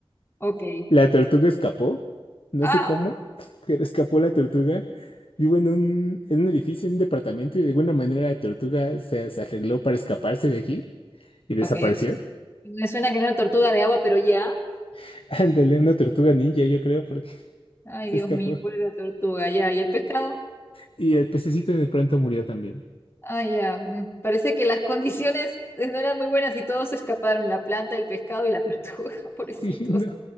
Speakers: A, on the left; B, on the left.
A: ok.
B: La tortuga escapó, no
A: Ah,
B: sé cómo, <laughs> pero escapó la tortuga. Vivo en un, en un edificio, en un departamento, y de alguna manera la tortuga se, se arregló para escaparse de aquí y desapareció.
A: ok. Me suena que era una tortuga de agua, pero ya.
B: <laughs> Ándale, una tortuga ninja, yo creo, porque <laughs>
A: Ay,
B: se
A: Dios
B: escapó.
A: mío, ¿cuál era la tortuga? Ya, ¿y el pescado?
B: Y el pececito de pronto murió también. <laughs>
A: Ah, ya. mm, Parece que las condiciones eh, no eran muy buenas y todos se escaparon, la planta, el pescado y la tortuga, <laughs> pobrecitos.
B: Sí, no,